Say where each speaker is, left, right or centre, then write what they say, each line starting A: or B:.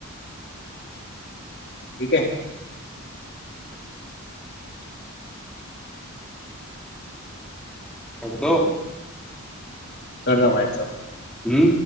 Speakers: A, on the left; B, in the centre.
A: ٹھیک ہے
B: پڑ دو
A: کدم سا
B: ہوں